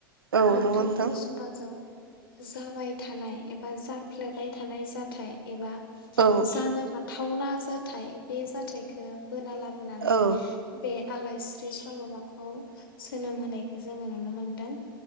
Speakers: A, on the right (about 80°); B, on the left (about 75°).
A: औ
B: मोगथां
A: नंगौ नोंथां
B: बर' समाव जाबाय थानाय एबा जाफ्लेबाय थानाय जाथाय एबा
A: औ
B: जानो हाथावना जा जाथाय बे जाथायखौ बोना लाबोनानै
A: औ
B: बे आलायस्रि सल'माखौ जोनोम होनायखौ जोङो नुनो मोनदों।